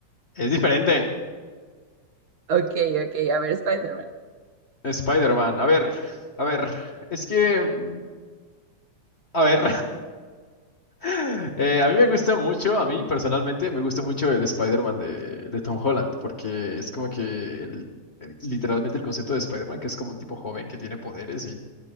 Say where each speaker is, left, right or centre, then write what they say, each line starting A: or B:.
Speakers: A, on the left (about 45°); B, on the right (about 65°).
A: Es diferente.
B: Ok, ok. A ver, Spider-Man.
A: Spider-Man, a ver, a ver. Es que, mm, a ver. <laughs> eh, a mí me gusta mucho, a mí personalmente, me gusta mucho el Spider-Man de, de Tom Holland, porque es como que el- el- literalmente el concepto de Spider-Man, que es como un tipo joven que tiene poderes y